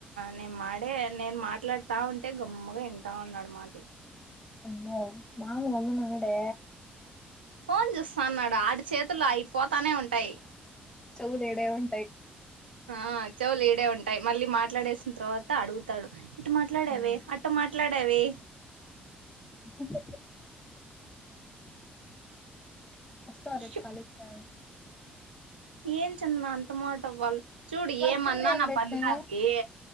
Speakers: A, on the right (about 85°); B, on the left (about 15°).
A: నేను మాడే నేను మాట్లాడుతా ఉంటే గమ్మగా వింటా ఉన్నాడు మాటలు
B: అమ్మో మామ గమ్మున ఉండడే
A: ఫోన్ చూస్తా అన్నాడు ఆడి చేతులు అయిపోతానే ఉంటాయి
B: చెవులు ఈడే ఉంటాయి
A: ఆ చెవులు ఈడే ఉంటాయి మళ్ళీ మాట్లాడేసిన తర్వాత అడుగుత తాడు ఇట్ట మాట్లాడేవే
B: ఉమ్
A: అట్ట మాట్లాడేవే
B: ఆ వస్తావా రేపు
A: ష్
B: కాలేజ్ కి
A: ఏం చందన అంత మాట అవ్వాళ్ళు చూడు
B: వర్కింగ్
A: ఏమన్నా
B: డే అని
A: నా
B: పెట్టినా
A: పనులు అవి